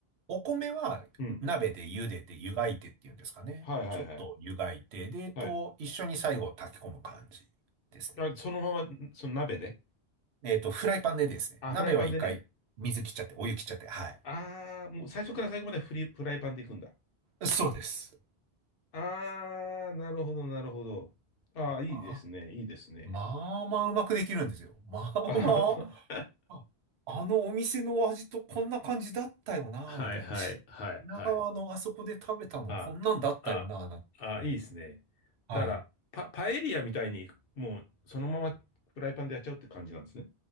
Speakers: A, on the right (about 75°); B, on the left (about 65°).
A: お米は鍋で茹でて湯がいてっていうんですかね。
B: うん。はいはいはい。
A: ちょっと湯がいて、で、えっと、
B: はい。
A: 一緒に最後炊き込む感じですね。
B: あ、そのまま、その鍋で
A: えっと、フライパンでですね。
B: あ、
A: 鍋は一回水切っちゃって、
B: フライパンでね。
A: お湯切っちゃって、はい。
B: ああ、もう最初から最後までフリ、フライパンでいくんだ。
A: そうです。
B: ああ、なるほど、なるほど。ああ、いいですね、
A: まあ、
B: いいですね。
A: まあまあうまくできるんですよ。まあまあ、
B: ああ、そう。
A: ああのお店の味とこんな感じだったよな、
B: はいはいはいはい。
A: みたいな。し品川のあそこで食べたのこんなんだったよな、
B: あ、あ、
A: なんて言ったら。
B: あ、いいですね。
A: はい。
B: だから、パ、パエリアみたいに、もうそのまま、フライパンでやっちゃうって感じなんですね。